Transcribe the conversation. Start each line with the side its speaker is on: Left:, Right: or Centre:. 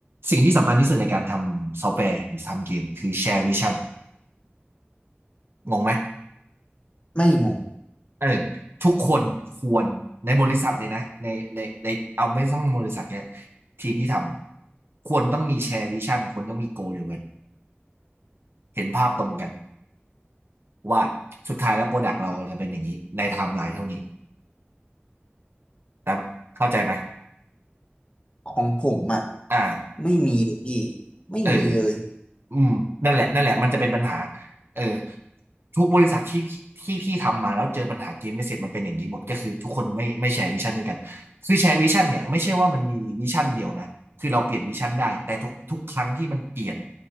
Right: สิ่งที่สำคัญที่สุดในการทำซอฟต์แวร์หรือทำเกมคือแชร์วิชั่นงงไหม
Left: ไม่งง
Right: เออทุกคนควรในบริษัทเลยนะในในในเอาไม่ต้องบริษัทเนี่ยทีมที่ทำอะควรต้องมีแชร์วิชั่นควรต้องมีโกเดียวกันเห็นภาพตรงกันว่าสุดท้ายแล้วโปรดักต์เราจะเป็นอย่างนี้ในไทม์ไลน์เท่านี้แต่เข้าใจไหม
Left: ของผมอ่ะ
Right: อ่า
Left: ไม่มีเลยพี่ไม่มีเลย
Right: เอออืมนั่นแหละนั่นแหละมันจะเป็นปัญหาเออทุกบริษัทที่ที่พี่ทำมาแล้วเจอปัญหาเกมไม่เสร็จมันเป็นอย่างนี้หมด ก็คือทุกคนไม่ไม่แชร์วิชั่นด้วยกันคือแชร์วิชั่นเนี่ยไม่ใช่ว่ามันมีวิชั่นเดียวนะ คือเราเปลี่ยนวิชั่นได้ แต่ทุกทุกครั้งที่มันเปลี่ยน